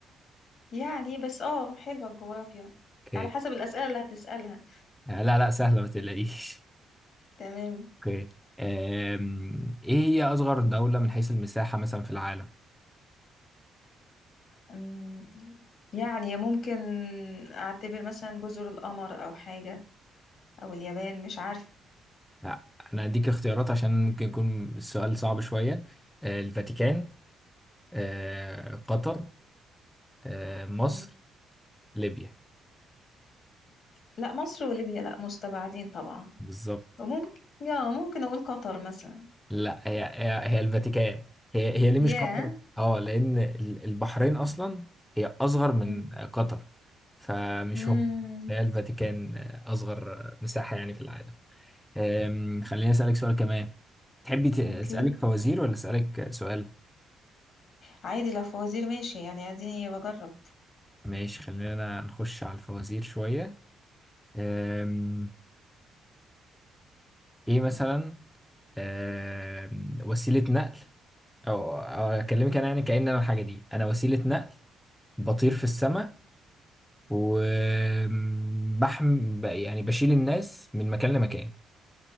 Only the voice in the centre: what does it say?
اوكي
آه، لا لا سهله ما تقلقيش
اوكي آم، ايه هي اصغر دولة من حيث المساحة مثلا في العالم
لا انا اديك اختيارات عشان ممكن يكون السؤال صعب شوية آه، الفاتيكان آه، قطر آه، مصر
ليبيا
بالظبط
لا هي هي هي الفاتيكان هي هي ليه
مش قطر اه لان ال- البحرين اصلا هي اصغر من
قطر فمش
هم هي الفاتيكان آه، اصغر مساحة يعني في العالم آم، خليني اسالك سؤال كمان تحبي ت- أسألك
فوازير ولا أسألك سؤال؟
ماشي خلينا نخش على الفوازير شوية أم، إيه مثلا أم، وسيلة نقل أو أو أكلمك أنا يعني كأن أنا الحاجة دي أنا وسيلة نقل بطير في السماء وبحم يعني بشيل الناس من مكان لمكان